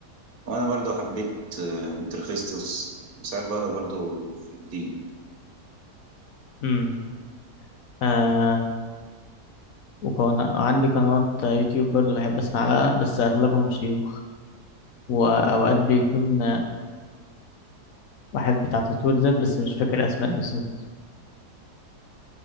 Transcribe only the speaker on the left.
امم آه وكان عندي قنوات يوتيوب برضو بحب اسمع لها بس اغلبهم شيوخ واوقات بيكون واحد بتاع تطوير ذات بس مش فاكر اسماء بالظبط